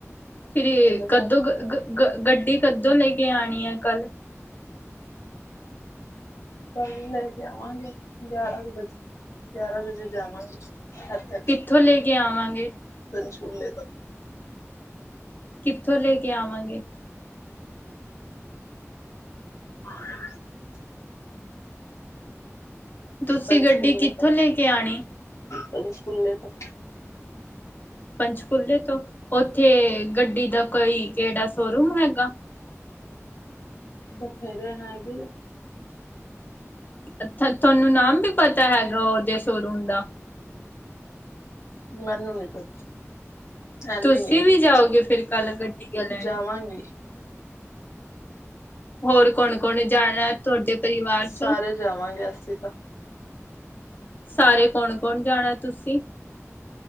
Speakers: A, on the left; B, on the left.
A: ਫਿਰ ਜੇ
B: ਉਹਦੇ ਬਾਅਦ
A: ਕਦੋਂ ਗ-ਗ ਗ-ਗੱਡੀ ਕਦੋਂ ਲੈ ਕੇ ਆਂਣੀ ਏ ਕੱਲ?
B: ਕੱਲ੍ਹ ਲੈ ਕੇ ਆਵਾਂਗੇ, ਗਿਆਰਾਂ ਕੁ ਵਜੇ, ਗਿਆਰਾਂ ਵਜੇ ਜਾਵਾਂਗੇ ਇੱਥੇ ਤੋਂ
A: ਕਿੱਥੋਂ ਲੇ ਕੇ ਆਵਾਂਗੇ।
B: ਪੰਚਕੂਲੇ ਤੋਂ।
A: ਕਿੱਥੋਂ ਲੇ ਕੇ ਆਵਾਂਗੇ।
B: <inaudible>
A: ਤੁਸੀਂ
B: ਪੰਚਕੂਲੇ
A: ਗੱਡੀ ਕਿੱਥੋਂ
B: ਤੋਂ,
A: ਲੈ ਕੇ ਆਣੀ?
B: ਪੰਚਕੂਲੇ ਤੋਂ।
A: ਪੰਚਕੂਲੇ ਤੋਂ ਉੱਥੇ ਗੱਡੀ ਦਾ ਕੋਈ, ਕਿਹੜਾ ਸੋਰੂਮ ਹੈਗਾ।
B: ਬਥੇਰੇ ਨੇ ਹਾਂਗੇ।
A: ਅੱਥਾ ਤੁਹਾਨੂੰ ਨਾਮ ਵੀ ਪਤਾ ਹੈਗਾ, ਉਹਦੇ ਸੋਰੂਮ ਦਾ।
B: ਮੈਨੂੰ ਨੀ ਪਤਾ। ਐਨੀ
A: ਤੁਸੀਂ
B: ਨੀ ਏ ਕੁਛ,
A: ਵੀ ਜਾਓਗੇ ਫਿਰ ਕੱਲ ਗੱਡੀਆਂ ਲੈਣੇ?
B: ਜਾਵਾਂਗੀ।
A: ਹੋਰ ਕੌਣ-ਕੌਣ ਜਾਣਾਂ, ਤੁਹਾਡੇ ਪਰਿਵਾਰ
B: ਸਾਰੇ
A: 'ਚੋਂ।
B: ਜਾਵਾਂਗੇ ਅਸੀਂ ਤਾਂ
A: ਸਾਰੇ ਕੌਣ-ਕੌਣ ਜਾਣਾਂ ਤੁਸੀਂ?